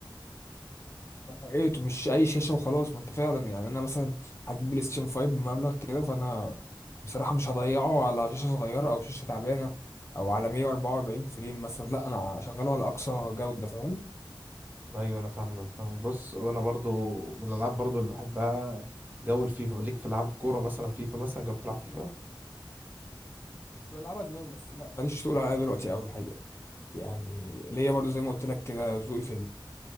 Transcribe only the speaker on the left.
ايه مش اي شاشه وخلاص ما انت فعلا يعني انا مثلا هجيب بلاي ستيشن 5 بمبلغ كده فانا بصراحه مش هضيعه على شاشه صغيره او شاشه تعبانه او على 144 فريم مثلا لا انا هشغله على اقصى جوده فاهم
بلعبها زمان بس لا ماليش تقول عليها دلوقتي قوي الحقيقه يعني ليا برضو زي ما قلت لك كده ذوقي في